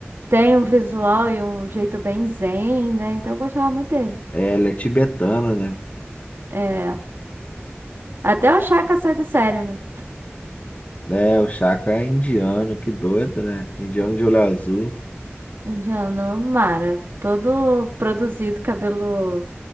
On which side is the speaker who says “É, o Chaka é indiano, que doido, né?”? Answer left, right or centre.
Left